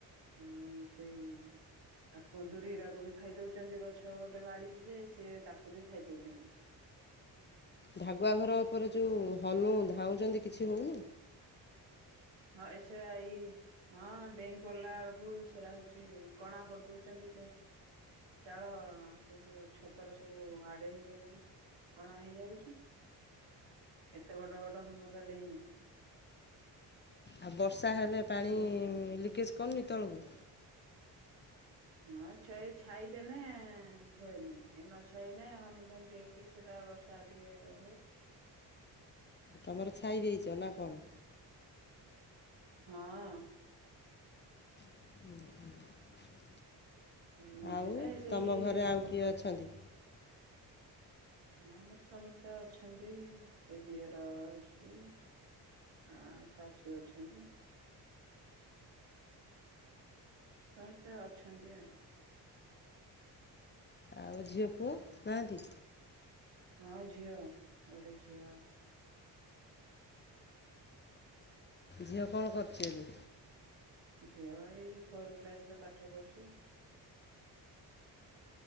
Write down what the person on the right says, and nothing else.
ହଁ ସେଇ ତା କ କୁନ୍ଦୁରି ଗୁରାକ ବି ଖାଇ ଦଉସନ୍ତି ଗଛ ଗୋଟେ ମାଡିଚି ଯେ ସେ ତାକୁ ବି ଖାଇ ଦଉଚନ୍ତି।
ହଁ ଏସା ଏଇ ହଁ। ଡେଇଁ ପଡିଲା ବେଳକୁ ସେରା ହଉଛି କଣା କରିଦଉଚନ୍ତି ଚାଳ ସେ ଯୋଉ ଛପର ସବୁ ଆଡେଇ ହେଇଯାଇକି କଣା ହେଇଯାଉଚି ଏତେ ବଡ ବଡ ହନୁରା ଡେଇଁଲେ।
ହଉଛନ୍ତି
ହଁ ଛଇ ଛାଇଦେନେ ହୁଏନି ଏ ନ ଛାଇନେ ହନୁଫନୁ ଡେଇକି ସେଟା ବର୍ଷା ଟିକେ ହୁଏ।
ହଁ।
ମାଝି
ରେ ସେଇ
ଉପରେ।
ହଁ ଆମର ସମସ୍ତେ ଅଛନ୍ତି ଏ ଦିଅର ଅଛି ଆ ଶାଶୁ ଅଛନ୍ତି। ସମସ୍ତେ ଅଛନ୍ତି ଆଉ।
ହଁ ଝିଅ ଗୋଟେ ଝିଅ
ଝିଅ ଏଇ ଫୋର କ୍ଲାସ ରେ ପାଠ ପଢୁଛି।